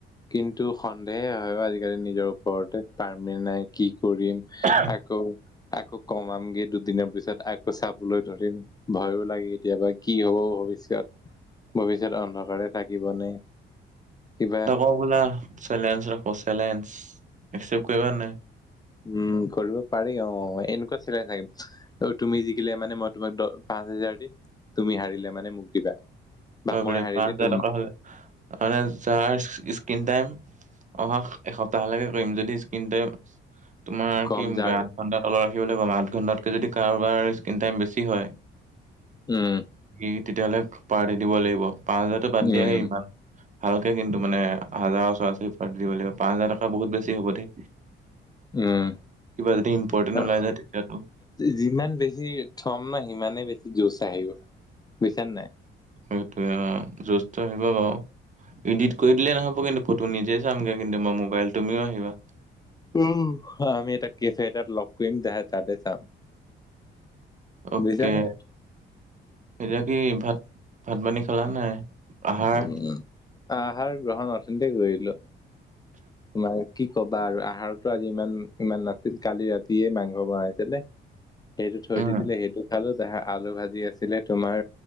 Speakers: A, on the left; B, on the right.
A: কিন্তু সন্দেহে হয় ক আজিকালি নিজৰ ওপৰতে। পাৰ্মেন নাই কি কৰিম।
B: আহ
A: আকৌ আকৌ কমামগে দুদিনৰ পিছত আকৌ চাবলৈ ধৰিম। ভয়ো লাগে কেতিয়াবা কি হব ভৱিষ্যত! ভৱিষ্যত অন্ধ- কাৰে থাকিবনে, কিবা-
B: অ ব'লা, চেলেঞ্জা ৰাখো চেলেঞ্জা। এক্সেপ কৰিবা নাই?
A: উম কৰিব পাৰি অ। এনেকুৱা চেলেঞ্জা থাকিম। তুমি জিকিলে মানে মই তোমাক দ পাঁচ হোজাৰ দিম। তুমি হাৰিলে মানে মোক দিবা। বা
B: হ'ব
A: মই
B: পাৰে।
A: হাৰিলে
B: পাঁচ হাজাৰ
A: তুম
B: টকা হ'লে মানে যাৰ স্ক্ৰীন টাইম - অহা এসপ্তাহলৈকে কৰিম যদি স্ক্ৰীনটো, তোমাৰ
A: কম
B: কিম
A: যাৰ
B: আঠ ঘণ্টাত তলত ৰাখিবলৈ ক'ম, আঠ ঘণ্টাতকৈ যদি কাৰোবাৰ স্ক্ৰীিন টাইম বেছি হয়
A: উম।
B: ই, তেতিয়াহ'লে পাৰ্টি দিব লাগিব, পাঁচ হাজাৰতো বাদ
A: উম
B: দিয়াহে ইমান। ভালকে কিন্তু মানে হাজাৰৰ উচৰা ওচৰী পাৰ্টি দিব লাগিব, পাঁচ হাজাৰ টকা বহুত বেছি হ'ব দেই।
A: উম,
B: কিবা যদি ইম্পৰ্টেণ্ট
A: অ,
B: ওলাই যায় তেতিয়াতো
A: যিমান বেছি থম না সিমানেই বেছি জুচ আহিব বুজিছা নে নাই?
B: সেইটোৱে অ' জুচটো আহিব বাৰু। ইডিট কৰি দিলে নহ'ব কিন্তু ফটো নিজেই চামগে কিন্তু মই মোবাইল, তুমিও আহিবা।
A: উ, আমি এটা কেফে এটাত লগ কৰিম দে তাতে চাম।
B: অকে।
A: বুজিছানে?
B: এতিয়া কি ভাত ভাত পানী খালা নাই? আহাৰ
A: উম, আহাৰ গ্ৰহণ অথনিতে কৰিলোঁ। তোমাৰ কি ক'বা আৰু আহাৰতো আজি ইমান ইমান নাছিল, কালি ৰাতিয়ে মাংস বনাইছিলে। সেইটো থৈ
B: উম,
A: দিছিলে, সেইটো খালো তাহা আলু ভাজি আছিলে তোমাৰ